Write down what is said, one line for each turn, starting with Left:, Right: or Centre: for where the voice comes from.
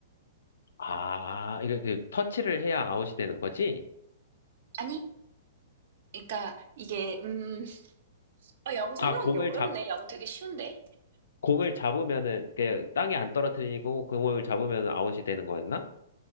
Left: 아, 이거 그 터치를 해야 아웃이 되는 거지?
Right: 아니, 그러니까 이게 음, 어, 야구 설명하기
Left: 아, 공을
Right: 어렵네.
Left: 잡,
Right: 야구 되게 쉬운데.
Left: 공을 잡으면은, 그, 땅에 안 떨어뜨리고, 공을 잡으면 아웃이 되는 거였나?